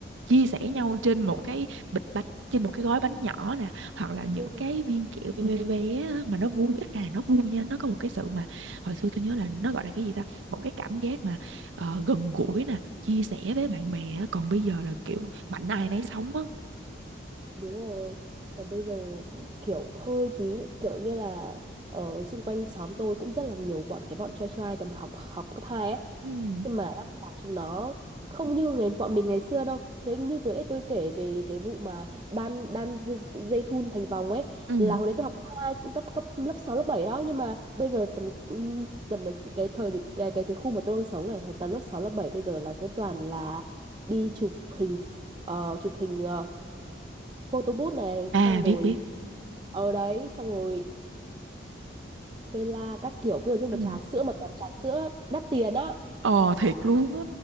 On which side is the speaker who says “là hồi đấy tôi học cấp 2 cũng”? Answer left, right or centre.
Right